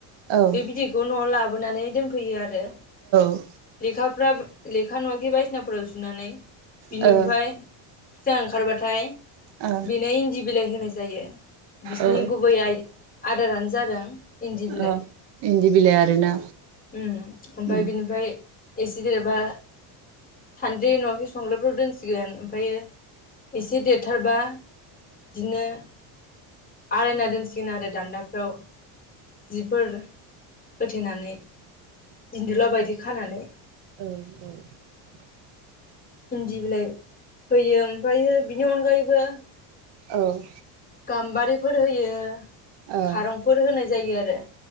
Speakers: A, on the right (about 55°); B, on the left (about 15°).
A: औ
B: बे बिदैखौ न'आव लाब बोनानै दोनफैयो आर रो
A: औ
B: लेखाफ्रा लेखा नङाखि बायसिनाफोराव जुनानै बिनिफ्राय
A: ओ
B: फिसा ओंखारबाथाय
A: ओ
B: बेनो इन्दि बिलाइ होनाय जा जायो। बिसिनि
A: ओ
B: गुबै आइ आदारानो जादों-' इन्दि बिलाइ
A: ओ इन्दि बिलाइ आरोना
B: ओम ओमफाय
A: उम
B: बिनिफाय एसे देरबा सानद्रि नङाखि संग्रायफ्राव दोनसिगोन ओमफायो इसे देरथारबा बिदिनो आलायना दोनसिगोन आरो दान्दाफ्राव जिफोर होथेनानै दिनदौला बायदि । खानानै
A: औ औ
B: इन्दि बिलाइ होयो ओमफायो बिनि अनगायैबो
A: औ
B: गाम्बारिफोर होयो
A: ओ
B: खारंफोर होनाय जायो आरो